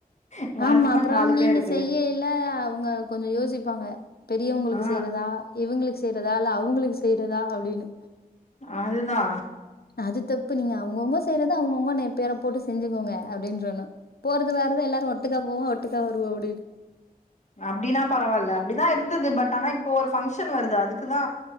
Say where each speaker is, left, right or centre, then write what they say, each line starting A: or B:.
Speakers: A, on the left; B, on the left.
A: எங்க
B: ஆமா
A: ஹஸ்பண்ட்
B: அப்றோ
A: நாலு
B: நீங்க
A: பேருக்கு
B: செய்யயில அவுங்க கொஞ்சொ யோசிப்பாங்க பெரியவங்ளுக்கு
A: ஆ
B: செய்றதா இவுங்களுக்கு செய்றதா அல்ல அவுங்களுக்கு செய்றதா அப்டின்னு
A: அதுதா
B: அது தப்பு நீங்க அவுங்கவுங்க செய்றத அவுங்கவுங்க நே பேர போட்டு செஞ்சுகோங்க அப்டின்றனு போறது வராது எல்லாரு ஒட்டுக்கா போவோ ஒட்டுக்கா வருவோ அப்டினு
A: அப்டின்னா பரவால்ல அப்டிதா இருந்துது பட் ஆனா இப்போ ஒரு பங்ஷன் வருது அதுக்குதா